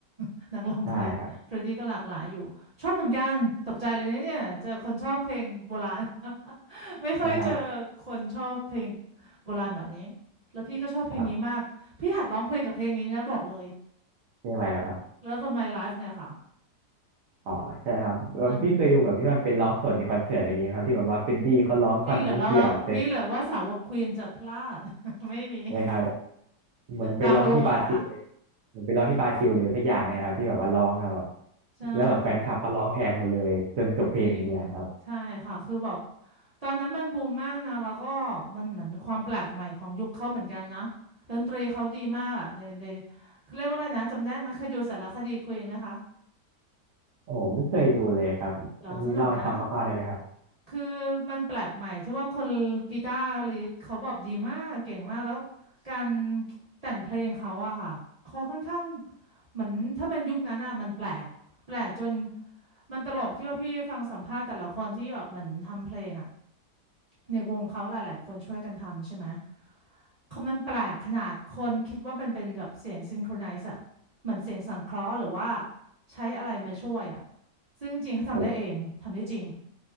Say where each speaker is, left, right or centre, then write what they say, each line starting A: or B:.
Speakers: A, on the right; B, on the right.
A: <laughs> นักร้องคนนี้เฟรดดี้ก็หลากหลายอยู่ชอบเหมือนกันตกใจเลยนะเนี่ยเจอคนชอบเพลงโบราณ
B: ใช่ครับ
A: ไม่ค่อยเจอคนชอบเพลง
B: ใช่ครับ
A: โบราณแบบนี้ แล้วพี่ก็ชอบเพลงนี้มาก
B: ครับ
A: พี่หัดร้องเพลงกับเพลงนี้นะบอกเลย
B: เรื่องอะไรแล้วครับ
A: Love of My Life เนี่ยค่ะ
B: อ๋อใช่ครับแล้วพี่เคยดูแบบที่มันเป็นร้องสดในคอนเสิร์ตอะไรอย่างงี้ไหมครับที่แบบว่าเฟดดี้เขาร้องท่อนนิดเดียวเสร็จ
A: มันมีเหลือแล้วว่ามีเหลือว่าสาวกควีนจะพลาด <laughs> ไม่มี
B: นะครับเหมือนไปร้องที่บราซิลเลย
A: ตามดูหมดแล้วค่ะ
B: เหมือนไปร้องที่บราซิลหรือสักอย่างเนี่ยครับที่แบบว่าร้องแล้วแบบ
A: ใช่
B: แล้วแบบแฟนคลับเขาร้องแทนหมดเลยจนจบเพลงอย่างเงี้ยครับ
A: จริง ใช่ค่ะ คือแบบตอนนั้นมันบูมมากนะ แล้วก็มันเหมือนมีความแปลกใหม่ของยุคเขาเหมือนกันนะดนตรีเขาดีมากอ่ะในในเขาเรียกว่าอะไรนะจำได้ไหมเคยดูสารคดีควีนไหมคะ
B: โอ้ไม่เคยดูเลยครับอันนี้เล่าให้ฟังคร่าวๆได้ไหมครับ
A: เหรอสนุกนะ คือมันแปลกใหม่ที่ว่าคนกีตาร์ลิสเขาแบบดีมากเก่งมากแล้วการแต่งเพลงเขาอะค่ะเขาค่อนข้างเหมือนถ้าเป็นยุคนั้นอะมันแปลกแปลกจนมันตลกที่ว่าพี่ฟังสัมภาษณ์แต่ละคนที่แบบเหมือนทำเพลงอะในวงเขาหลายๆคนช่วยกันทำใช่ไหมเขามันแปลกขนาดคนคิดว่ามันเป็นแบบเสียงซินโครไนซ์อะเหมือนเสียงสังเคราะห์หรือว่าใช้อะไรมาช่วยอะซึ่งจริงๆเขาทำได้เองทำได้จริง
B: โอ้